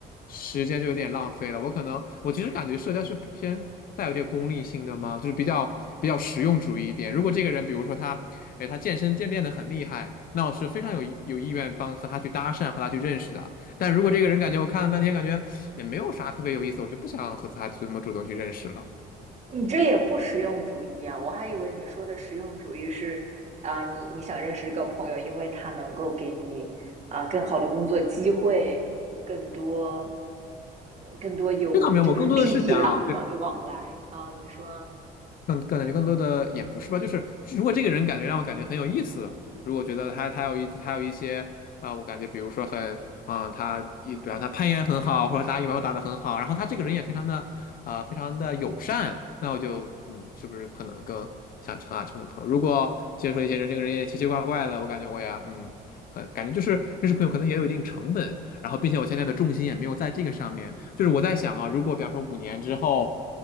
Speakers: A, on the left (about 55°); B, on the right (about 40°).
A: 时间就有点浪费了。我可能我其实感觉社交是偏带有点功利性的嘛，就是比较比较实用主义一点。如果这个人比如说他，哎，他健身健练的很厉害，那我是非常有有意愿帮和他去搭讪，和他去认识的。但如果这个人感觉我看了半天，感觉也没有啥特别有意思，我就不想和他这么主动去认识了。
B: 你这也不实用主义啊！我还以为你说的实用主义是，啊、你你想认识一个朋友，因为他能够给你啊、更好的工作机会，更多嗯更多有就是利益往来往来啊、
A: 这倒没有，我更多的是想。
B: 你说
A: 更更感觉更多的也不是吧，就是如果这个人感觉让我感觉很有意思，如果觉得他他有一他有一些啊、我感觉比如说很啊、呃他一比方他攀岩很好，或者打羽毛球打得很好，然后他这个人也非常的啊、非常的友善，那我就嗯，是不是可能更想成啊成为朋友？如果接触一些人，这个人也奇奇怪怪的，我感觉我也嗯很感觉就是认识朋友可能也有一定成本，然后并且我现在的重心也没有在这个上面，就是我在想啊，如果比方说五年之后。